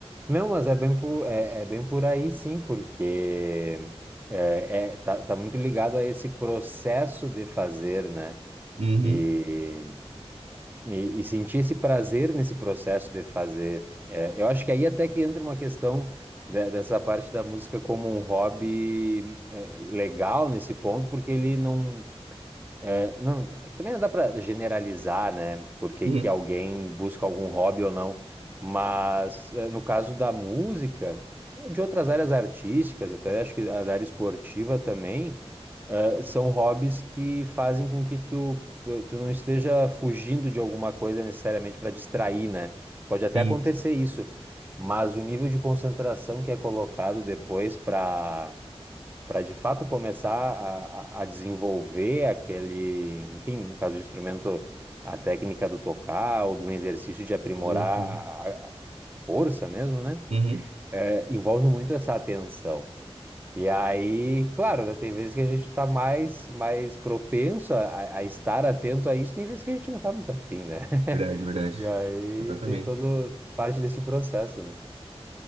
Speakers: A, on the right (about 15°); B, on the right (about 85°).
A: Não, mas é bem por, é, é bem por aí sim, porque é, é- tá, tá muito ligado a esse processo de fazer, né?
B: Uhum,
A: E E, e sentir esse prazer nesse processo de fazer. É, eu acho que aí até que entra uma questão de- dessa parte da música como um hobby é, legal nesse ponto, porque ele não, é, não, é que também não dá para generalizar, né? Porque
B: uhum.
A: que alguém busca algum hobby ou não. Mas é, no caso da música, e de outras áreas artísticas, até acho que a da área esportiva também, é, são hobbies que fazem com que tu, eh, tu não esteja fugindo de alguma coisa necessariamente para distrair, né? Pode até
B: Isso,
A: acontecer isso, mas o nível de concentração que é colocado depois para para de fato começar a, a, desenvolver aquele, enfim, no caso do instrumento, a técnica do tocar ou do exercício de aprimorar
B: sim, sim.
A: a, a força mesmo, né?
B: Uhum.
A: É, envolve muito essa atenção. E aí, claro, né, tem vezes que a gente está mais, mais propenso a, a estar atento a isso, tem vezes que a gente não está muito afim, né? <laughs>
B: Verdade, verdade.
A: E aí
B: Exatamente.
A: tem todo parte desse processo, né?